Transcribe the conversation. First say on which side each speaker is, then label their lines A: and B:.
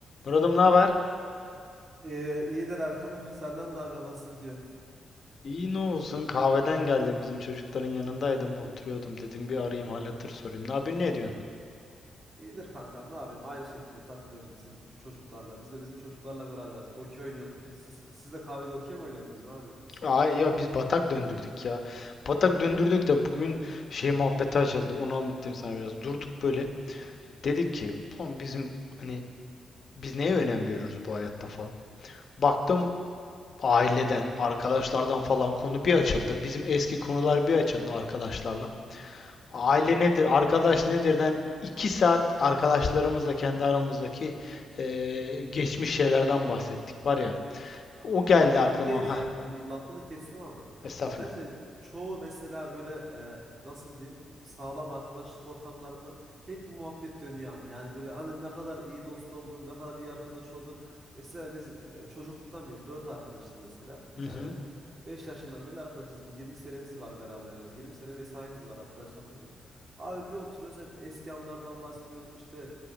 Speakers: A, on the left; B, on the right.
A: Murat'ım ne haber?
B: Ee, iyidir Erkan'ım. Senden ne haber? Nasıl gidiyor?
A: İyi ne olsun kahveden geldim bizim çocukların yanındaydım oturuyordum dedim bir arayayım hal hatır sorayım. Ne yapıyorsun ne ediyorsun?
B: İyidir kankam. Ne yapayım? Aynı şekilde takılıyoruz bizim çocuklarla. Biz de bizim çocuklarla beraberdik. Okey oynuyorduk. Siz, siz de kahvede okey mi oynuyordunuz? Ne yapıyordunuz?
A: Aa ya biz batak döndürdük ya. Batak döndürdük de bugün şey muhabbeti açıldı onu anlatayım sana biraz. Durduk böyle dedik ki ulan bizim hani biz neye önem veriyoruz bu hayatta falan. Baktım aileden arkadaşlardan falan konu bir açıldı. Bizim eski konular bir açıldı arkadaşlarla. Aile nedir, arkadaş nedirden iki saat arkadaşlarımızla kendi aramızdaki eee, geçmiş şeylerden bahsettik var ya.
B: Kankam
A: O geldi aklıma.
B: şey diyeceğim
A: Ha,
B: lafını kestim ama
A: estağfurullah.
B: bence çoğu mesela böyle e, nasıl diyeyim sağlam arkadaşlık ortamlarında hep bu muhabbet dönüyor ama yani böyle hani ne kadar iyi dost oldun ne kadar iyi arkadaş oldun mesela biz e, çocukluktan beri dört arkadaşız mesela
A: Hı
B: yani
A: hı.
B: 5 yaşından beri arkadaşız bir 20 senemiz var beraber yani 20 sene mesaimiz var arkadaşlarımızla abi bir oturuyoruz hep eski anlardan bahsediyoruz işte